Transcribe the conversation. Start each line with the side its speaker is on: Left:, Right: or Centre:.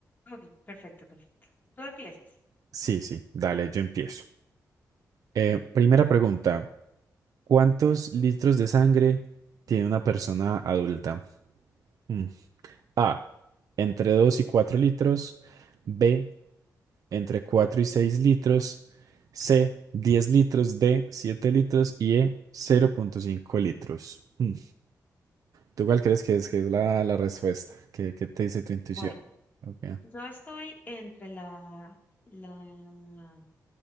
Left: ok, perfecto, perfecto. Tú empiezas.
Right: Sí, sí, dale, yo empiezo. Eh, primera pregunta, ¿cuántos litros de sangre tiene una persona adulta? Mm. A, entre 2 y 4 litros, B, entre 4 y 6 litros, C, Diez litros, D, Siete litros y E, 0.5 litros. Mm. ¿Tú cuál crees que es, que es la,
Left: Mm.
Right: la respuesta? ¿Qué, qué te dice tu intuición?
Left: Bueno,
Right: Okay.
Left: yo estoy entre la, la